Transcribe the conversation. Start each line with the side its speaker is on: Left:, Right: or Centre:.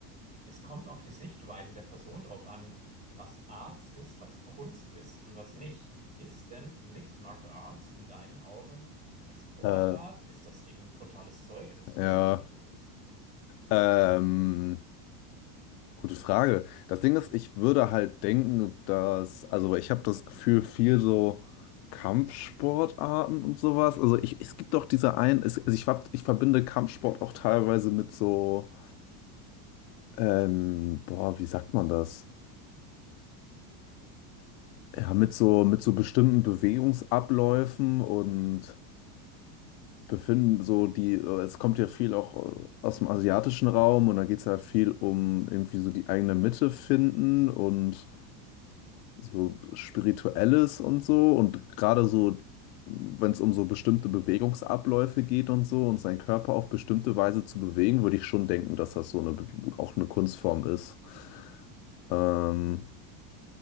Right: es kommt auf die Sichtweise der Person drauf an, was Art ist, was Kunst ist und was nicht. Ist denn Mixed Martial Arts in deinen Augen eine Sportart?
Left: äh,
Right: Ist das irgendein brutales Zeug? Ist es Kunst?
Left: ja.
Right: Was ist es?
Left: Ähm, gute Frage. Das Ding ist, ich würde halt denken, dass, also ich habe das Gefühl, viel so Kampfsportarten und sowas. Also ich, es gibt doch diese einen, es, also ich, hab, ich verbinde Kampfsport auch teilweise mit so, ähm, boah, wie sagt man das? Ja, mit so, mit so bestimmten Bewegungsabläufen und befinden so die, äh, es kommt ja viel auch äh, aus dem asiatischen Raum und da geht es ja viel um irgendwie so die eigene Mitte finden und so Spirituelles und so und gerade so, wenn es um so bestimmte Bewegungsabläufe geht und so und seinen Körper auf bestimmte Weise zu bewegen, würde ich schon denken, dass das so eine, auch eine Kunstform ist. Ähm,